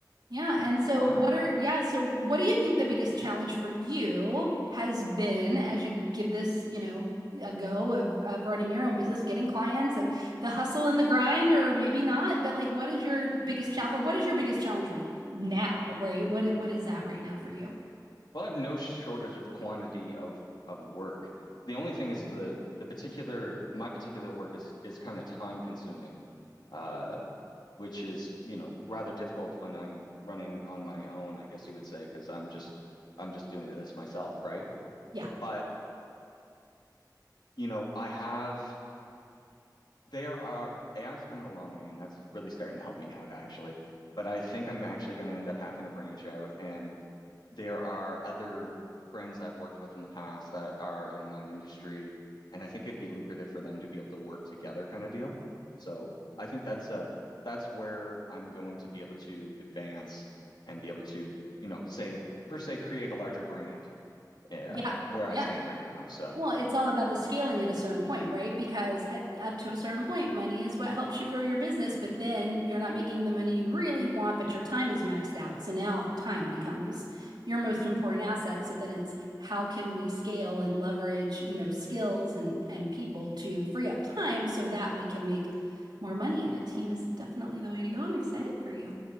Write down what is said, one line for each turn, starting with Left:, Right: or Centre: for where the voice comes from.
Right: Yeah. And so
Left: Wow.
Right: what are, yeah, so what do you think the biggest challenge for you has been as you give this, you know, a go of of running your own business, getting clients and the hustle and the grind, or maybe not, but like what is your biggest challenge or what is your biggest challenge right now, right? What it what is that right now for you?
Left: Well, I have no shortage of quantity of of work. The only thing is the the particular my particular work is is kind of time consuming. Uh, which is, you know, rather difficult when I'm running on my own, I guess you would say, because I'm just I'm just doing this myself, right?
Right: Yeah.
Left: But, you know, I have there are AI's coming a long way and that's really starting to help me out actually. But I think I'm actually going to end up having to branch out and there are other friends I've worked with in the past that are in my industry, and I think it'd be lucrative for them to be able to work together kind of deal. So I think that's uh that's where I'm going to be able to advance and be able to, you know, say per se create a larger brand uh,
Right: Yeah.
Left: where I
Right: Yeah.
Left: stand right now. So,
Right: Well, it's all about the scaling at a certain point, right? Because at, up to a certain point, money is what helps you grow your business, but then you're not making the money you really want, but your time is maxed out. So now time becomes your most important asset. So then it's how can we scale and leverage, you know, skills and and people to free up time so that we can make more money. And a team is definitely the way to go. I'm excited for you.